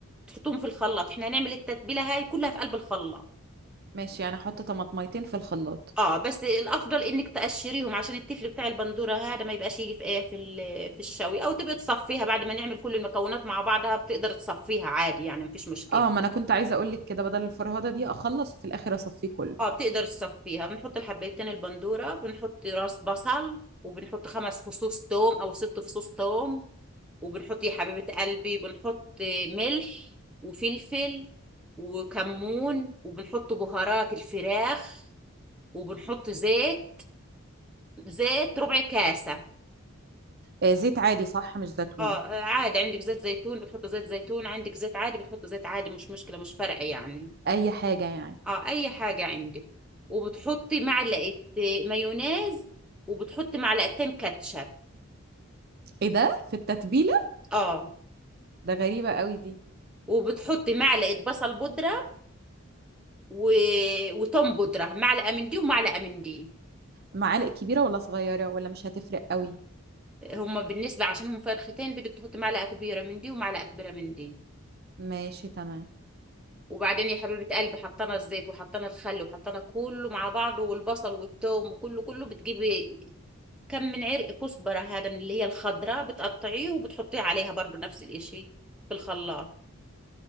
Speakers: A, in the centre; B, on the right.
A: تحطهم في الخلاط احنا هنعمل التتبيله هاي كلها في قلب الخلاط
B: ماشي يعني احط طماطميتين في الخلاط
A: اه بس الافضل انك تقشريهم عشان التفل بتاع البندوره هذا ما يبقاش يجي في ايه في ال- في الشوي او تبقى تصفيها بعد ما نعمل كل المكونات مع بعضها بتقدر تصفيها عادي يعني مفيش مشكله
B: اه ما انا كنت عايزه اقول لك كده بدل الفرهده دي اخلص في الاخر اصفيه كله
A: اه بتقدر تصفيها بنحط الحبيتين البندوره بنحط راس بصل وبنحط خمس فصوص توم او ست فصوص توم وبنحط يا حبيبه قلبي بنحط ملح وفلفل وكمون وبنحط بهارات الفراخ وبنحط زيت زيت ربع كاسة
B: آه زيت عادي صح مش زيتون
A: اه عادي عندك زيت زيتون بتحط زيت زيتون عندك زيت عادي بتحط زيت عادي مش مشكلة مش فارقة يعني
B: اي حاجه يعني
A: اه اي حاجة عندك وبتحطي معلقة مايونيز وبتحطي معلقتين كاتشب
B: ايه ده في التتبيله
A: اه
B: ده غريبه قوي دي
A: وبتحطي معلقة بصل بودرة و... وتوم بودرة معلقة من دي ومعلقة من دي
B: معالق كبيره ولا صغيره ولا مش هتفرق قوي
A: هما بالنسبة عشان هم فرختين بدك تحطي معلقة كبيرة من دي ومعلقة كبيرة من دي
B: ماشي تمام
A: وبعدين يا حبيبة قلبي حطينا الزيت وحطينا الخل وحطينا كله مع بعضه والبصل والثوم وكله كله بتجيبي كم من عرق كزبرة هذا من اللي هي الخضراء بتقطعيه وبتحطيه عليها برضو نفس الاشي في الخلاط